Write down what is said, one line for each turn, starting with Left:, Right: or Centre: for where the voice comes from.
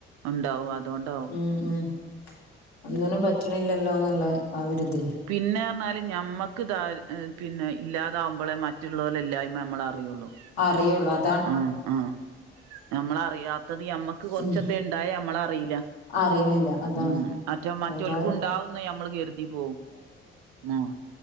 Right: ഒണ്ടാവും അതൊണ്ടാവും
Left: ഉം ഉം ഒന്നിനും പറ്റ്ണില്ലല്ലോന്ന്ള്ള ആ ഒര് തേ
Right: പിന്നെർഞ്ഞാല് ഞമ്മക്ക് ദാര് ഹ് പിന്നെ ഇല്ലാതാവുമ്പളേ മറ്റുള്ളോലെ ഇല്ലായ്മ ഞമ്മളറിയോള്ളു
Left: അറിയോള്ളൂ അ
Right: ആഹ് ആഹ് ഞമ്മളറിയാത്തത് ഞമ്മക്ക് കൊർച്ചൊത്തെ
Left: ഉം
Right: ഇണ്ടായ ഞമ്മളറീല
Left: അറിയണില്ല അതാണ്
Right: ഉം മറ്റൊ മറ്റൊൽക്കു
Left: ഏതായാലും
Right: ഉണ്ടാവുന്ന് ഞമ്മള് കെര്തി പോവും ഉം